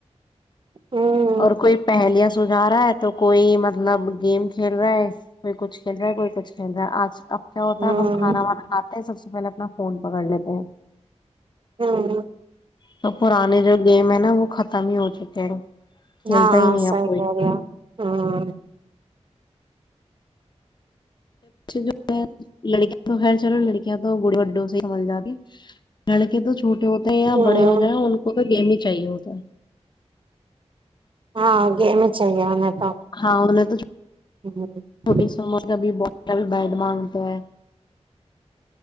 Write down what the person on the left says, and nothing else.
اور کوئی پہلیا سجھا رہا ہے تو کوئی مطلب گیم کھیل رہا ہے کوئی کچھ کھیل رہا ہے کوئی کچھ کھیل رہا ہے آج اب کیا ہوتا
ہےب ہم کھانا وانا کھاتے ہیں سب سے سے پہلے اپنا فون پکڑ لیتے ہیں
تو پرانے جو گیم ہے نا وہ ختم ہی ہو چکے ہیں کھیلتا
ہی نہیں
اب کوئی
جو ہے لڑکیاں تو خیر چلو لڑکیاں تو گڑی اڈوں سے سبل جا گی لڑکے تو چھوٹے ہوتے ہیں یا
بڑے ہو جائ ان کو تو گیمنگ چاہیے ہوگ
ہاں انہیں تو
چھوٹی
سی عمر کبھی کبھی بیڈ مانگ تو ہے